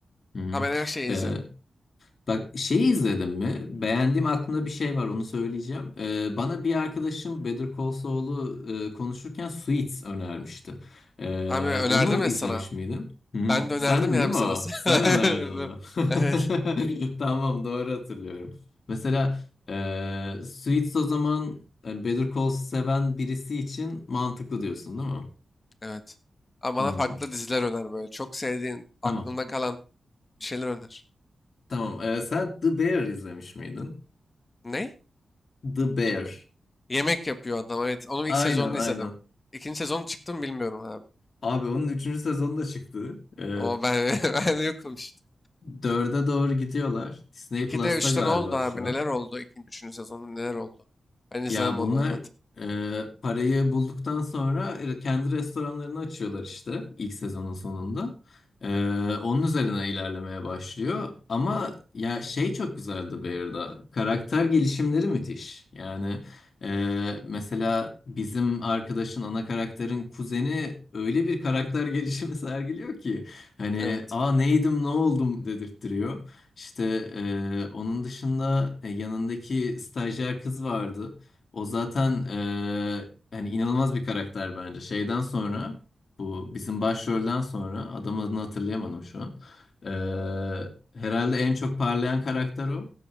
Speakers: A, on the left (about 60°); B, on the left (about 30°).
A: Hı hı.
B: Ha, ben her şeyi
A: Ee,
B: izlerim.
A: Bak şeyi izledim mi? Beğendiğim aklımda bir şey var onu söyleyeceğim. Ee, bana bir arkadaşım Better Call Saul'u e, konuşurken Suits önermişti. Ee,
B: Abi önerdim
A: onu
B: ya
A: izlemiş
B: sana.
A: miydin? Hı,
B: Ben de önerdim
A: Sendin
B: yani
A: değil mi
B: sana.
A: o?
B: <laughs>
A: Sen önerdin onu.
B: Evet.
A: <laughs> Tamam doğru hatırlıyorum. Mesela e, Suits o zaman yani Better Call seven birisi için mantıklı diyorsun değil mi?
B: Evet. Ama
A: Hı,
B: bana farklı diziler öner böyle. Çok sevdiğin, aklında
A: Tamam.
B: kalan bir şeyler öner.
A: Tamam. Ee, sen The Bear izlemiş miydin?
B: Ne?
A: The Bear.
B: Tabii. Yemek yapıyor adam evet. Onun ilk
A: Aynen
B: sezonunu
A: aynen.
B: izledim. İkinci sezonu çıktı mı bilmiyorum abi.
A: Abi onun üçüncü sezonu da çıktı. Ee,
B: O ben, <laughs> ben yokum işte.
A: 4'e doğru gidiyorlar. Disney
B: 2'de
A: Plus'ta
B: 3'te
A: galiba
B: ne oldu abi?
A: şu
B: Neler
A: an.
B: oldu? İkinci, üçüncü sezonda neler oldu? Ben izlemem
A: Ya bunlar
B: onu anlat.
A: e, parayı bulduktan sonra e, kendi restoranlarını açıyorlar işte ilk sezonun sonunda. E, onun üzerine ilerlemeye başlıyor. Ama ya şey çok güzeldi Bear'da. Karakter gelişimleri müthiş. Yani e, mesela bizim arkadaşın ana karakterin kuzeni öyle bir karakter gelişimi <laughs> sergiliyor ki hani
B: Evet.
A: aa neydim ne oldum dedirttiriyor. İşte e, onun dışında e, yanındaki stajyer kız vardı. O zaten eee, yani inanılmaz bir karakter bence. Şeyden sonra bu bizim başrolden sonra adamın adını hatırlayamadım şu an. Eee, herhalde en çok parlayan karakter o